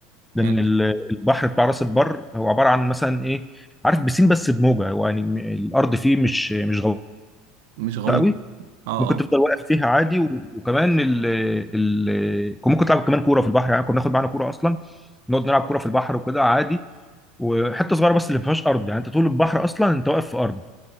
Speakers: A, in the centre; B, on the right.
A: لان
B: يعني
A: ال- البحر بتاع راس البر هو عباره عن مثلا ايه عارف بسين بس بموجه هو يعني م- الارض فيه مش مش غلطه
B: مش غويطه
A: قوي
B: اه
A: ممكن
B: اه
A: تفضل واقف فيها عادي و- وكمان ال ال كان ممكن تلعب كمان كوره في البحر يعني كنا ناخد معانا كوره اصلا نقعد نلعب كوره في البحر وكده عادي وحته صغيره بس اللي ما فيهاش ارض يعني انت طول البحر اصلا انت واقف في ارض